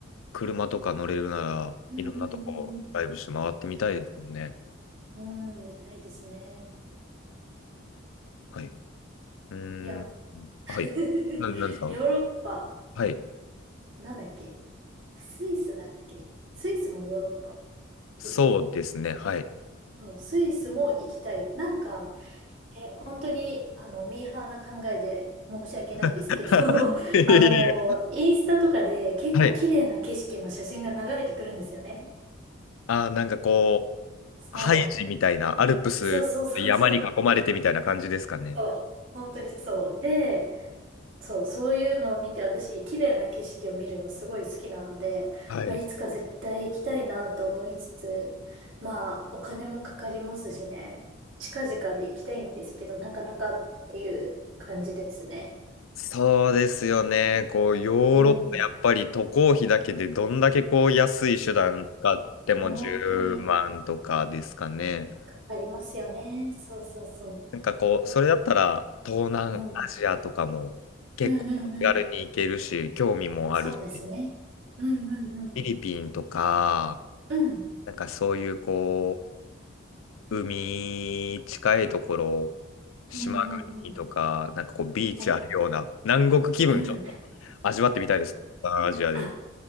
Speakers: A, on the left; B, on the right.
A: 車とか乗れるなら、
B: うんうんうんうん。
A: いろんなとこ、ドライブして回ってみたいですもんね。
B: いや、うん、みたいですね。
A: はい。うーん。
B: いや、<laughs>
A: はい。な、なんですか
B: ヨーロッパ、
A: はい。
B: なんだっけスイスだっけスイスもヨーロッパ
A: そうですね。
B: ですよね。
A: はい。
B: そうスイスも行きたい。なんか、本当に、あの、ミーハーな考えで申し訳ないんですけど、
A: <laughs>
B: <laughs>
A: いやいやいや。
B: あの、インスタとかで結構綺麗な景色の写真が流れてくるんですよね。
A: はい。あー、なんかこう、
B: そ
A: ハイジみたいな、アルプス、
B: う。そうそうそうそう。
A: 山に囲まれてみたいな感じですかね。
B: そう。本当にそう。で、そう、そういうのを見て、私、綺麗な景色を見るのすごい好きなので、
A: はい。
B: あいつか絶対行きたいなと思いつつ、まあ、お金もかかりますしね、近々で行きたいんですけど、なかなかっていう感じですね。
A: そうですよね。こう、ヨーロッパ、
B: うん。
A: やっぱり渡航費だけでどんだけこう安い手段使っても10万とかですかね。
B: 本当にありますよね。そうそうそう。
A: なんかこう、それだったら東南アジアとかも結構手軽に行けるし、
B: うん。うんうんうん。
A: 興味もあるし、
B: そうですね。うんうんうん。
A: フィリピンとか、
B: うん。
A: なんかそういうこう、海近いところ、島国とか、
B: うんうんうん。
A: なんかこう、ビーチあるような、
B: はいはい。
A: 南国気分ちょっと味わってみたいです。
B: うん。
A: 東南アジアで。
B: あ